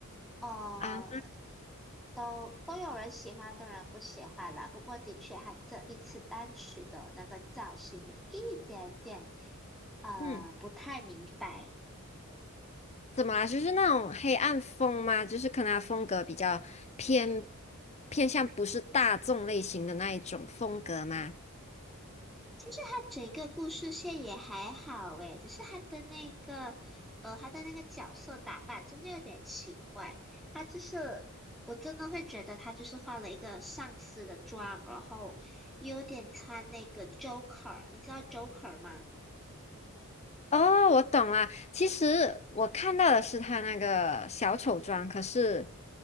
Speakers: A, in the centre; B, on the left.
A: 哦。
B: 啊
A: 都都有人喜欢，都有人不喜欢啦。不过的确，他这一次单曲的那个造型有一点点呃不太明白。
B: 嗯，怎么啦？就是那种黑暗风吗？就是可能他风格比较偏偏向不是大众类型的那一种风格吗？
A: 他整个故事线也还好诶，只是他的那个呃他的那个角色打扮真的有点奇怪。他就是我真的会觉得他就是换了一个上司的妆，然后也有点穿那个 Joker，你知道 Joker 吗？
B: 哦，我懂了。其实我看到的是他那个小丑妆，可是，